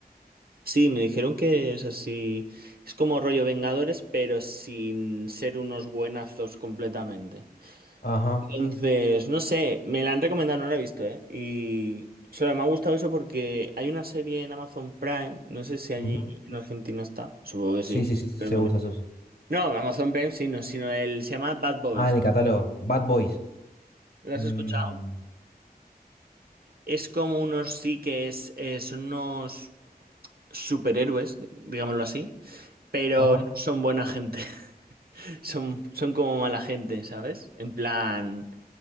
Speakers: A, on the right; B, on the left.
A: Sí, me dijeron que es así, es como rollo Vengadores, pero sin ser unos buenazos completamente.
B: Ajá.
A: Entonces, no sé, me la han recomendado, no la he visto, ¿eh? Y solo me ha gustado eso porque hay una serie en Amazon Prime, no sé si allí
B: ujú.
A: en Argentina está, supongo que
B: Sí,
A: sí.
B: sí, sí, se
A: pero el mundial-
B: usa, se usa.
A: No, Amazon Prime sí, no, sino el, se llama Bad Boys.
B: Ah, en el catálogo. Bad Boys.
A: ¿Lo
B: Mm,
A: has escuchado? Es como unos sí que es, eh, son unos superhéroes, digámoslo así, pero
B: ajá,
A: no son buena gente, <laughs> son, son como mala gente, ¿sabes? En plan,